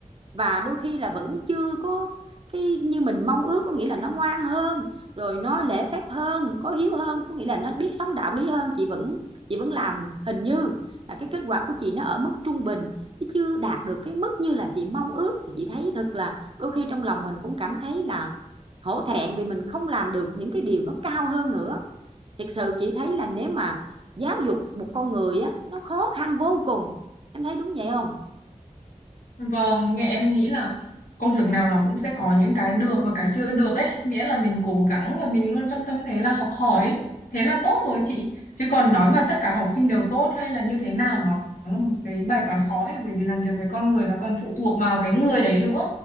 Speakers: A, on the right; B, on the left.
A: và đôi khi là vẫn chưa có cái như mình mong ước có nghĩa là nó ngoan hơn rồi nó lễ phép hơn có hiếu hơn có nghĩa là nó biết sống đạo lý hơn chị vẫn chị vẫn làm hình như là cái kết quả của chị nó ở mức trung bình chứ chưa đạt được cái mức như là chị mong ước thì chị thấy thật là đôi khi trong lòng mình cũng cảm thấy là hổ thẹn vì mình không làm được những cái điều nó cao hơn nữa thật sự chị thấy là nếu mà giáo dục một con người á nó khó khăn vô cùng em thấy đúng vậy không
B: Vâng, nghe em nghĩ là công việc nào nó cũng sẽ có những cái được và cái chưa được ấy, miễn là mình cố gắng và mình luôn trong tâm thế là học hỏi ấy. Thế là tốt rồi chị. Chứ còn nói mà tất cả học sinh đều tốt hay là như thế nào nó nó là một cái bài toán khó ấy, bởi vì làm việc với con người nó còn phụ thuộc vào cái người đấy nữa.